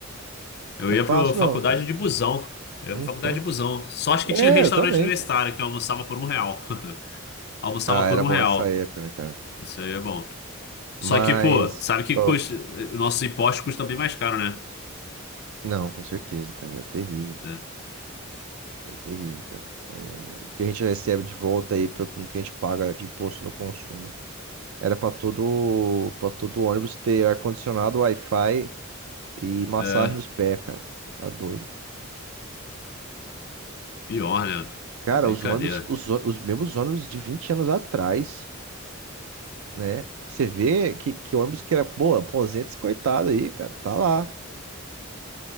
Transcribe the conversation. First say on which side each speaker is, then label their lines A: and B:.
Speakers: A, on the left; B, on the right.
A: Eu
B: Não era
A: ia
B: fácil,
A: pra faculdade
B: não, cara.
A: de busão. Eu
B: Então.
A: ia pra faculdade de busão. Só acho
B: É,
A: que tinha um restaurante
B: eu também,
A: universitário
B: cara.
A: que eu almoçava por um real. <laughs> Almoçava
B: Ah,
A: por
B: era
A: um
B: bom
A: real.
B: essa época, né, cara?
A: Isso aí é bom. Só
B: Mas.
A: que, pô, sabe que
B: ó,
A: custa... nossos impostos custam bem mais caro, né?
B: Não, com certeza, cara. É terrível,
A: É,
B: é terrível, cara. É, o que a gente recebe de volta aí, pelo tanto que a gente paga de imposto no consumo. Era para todo, para todo ônibus ter ar-condicionado, Wi-Fi e massagem
A: é
B: nos pés, cara. Tá doido.
A: pior, né?
B: Cara,
A: É brincadeira.
B: os ônibus, os, ô- os mesmos ônibus de 20 anos atrás, né? Você vê que, que ônibus que era, pô, aposenta esse coitado aí, cara. Tá lá.